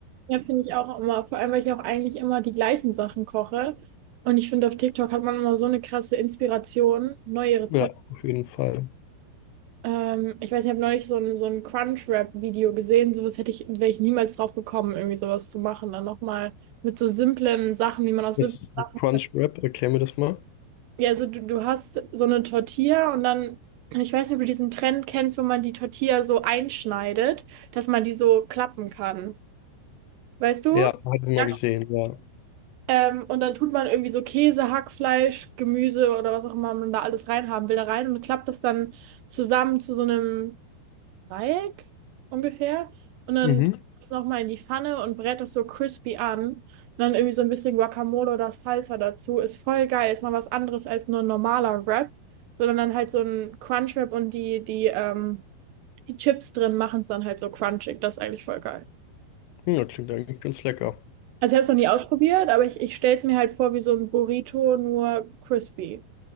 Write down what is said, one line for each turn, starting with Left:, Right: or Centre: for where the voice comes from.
Right: Ja, finde ich auch immer, vor allem, weil ich auch eigentlich immer die gleichen Sachen koche. Und ich finde, auf TikTok hat man immer so eine krasse Inspiration, neue Rezepte.
Left: Ja, auf jeden Fall.
Right: Ähm, ich weiß, ich habe neulich so ein, so ein Crunchwrap-Video gesehen. Sowas hätte ich, wäre ich niemals drauf gekommen, irgendwie sowas zu machen. Dann nochmal mit so simplen Sachen, wie man aus
Left: Das
Right: simplen
Left: ist
Right: Sachen.
Left: ein Crunchwrap, erklär mir das mal.
Right: Ja, also du, du hast so eine Tortilla und dann, ich weiß nicht, ob du diesen Trend kennst, wo man die Tortilla so einschneidet, dass man die so klappen kann. Weißt du?
Left: Ja, habe ich mal
Right: Ja.
Left: gesehen, ja.
Right: Ähm, und dann tut man irgendwie so Käse, Hackfleisch, Gemüse oder was auch immer man da alles reinhaben will, da rein und klappt das dann zusammen zu so einem Dreieck ungefähr. Und dann
Left: Mhm.
Right: das nochmal in die Pfanne und brät das so crispy an. Und dann irgendwie so ein bisschen Guacamole oder Salsa dazu. Ist voll geil. Ist mal was anderes als nur ein normaler Wrap. Sondern dann halt so ein Crunchwrap und die, die, ähm, die Chips drin machen es dann halt so crunchig. Das ist eigentlich voll geil.
Left: Ja, klingt eigentlich ganz lecker.
Right: Also ich habe es noch nie ausprobiert, aber ich, ich stelle es mir halt vor wie so ein Burrito, nur crispy.